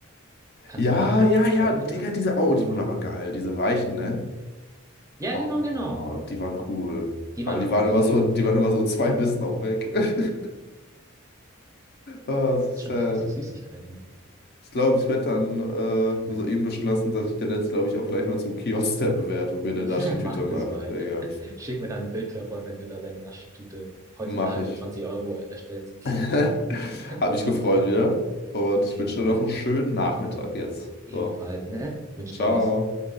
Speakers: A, on the right; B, on the left.
A: Kannst
B: Ja,
A: du dich noch an diese
B: ja, ja,
A: Augen
B: Digga,
A: erinnern?
B: diese Au, die waren aber geil, diese Weichen, ne?
A: Ja,
B: Oh,
A: genau, genau.
B: die waren cool.
A: Die
B: Aber
A: waren
B: die
A: aber
B: waren
A: auch teuer.
B: immer so, die waren immer so zwei Bissen auch weg. <laughs> Ah, so sad.
A: Das ist schon krasse Süßigkeiten.
B: Ich glaube, ich werde dann äh,
A: Ja.
B: soeben beschlossen, dass ich dann jetzt, glaube ich, auch gleich mal zum Kiosk steppen werde und mir eine
A: <laughs>
B: Naschi-Tüte
A: Mach das
B: mache.
A: mal.
B: Digga,
A: <laughs> Schick mir dann ein Bild davon, wenn du da deine Naschtüte heutzutage
B: mach ich.
A: für 20 Euro erstellst.
B: <laughs>
A: <laughs>
B: Hab mich gefreut wieder. Und ich
A: Ebenfalls.
B: wünsche dir noch einen schönen Nachmittag jetzt.
A: Ebenfalls,
B: So,
A: ne? Wünsch
B: ciao.
A: dir was.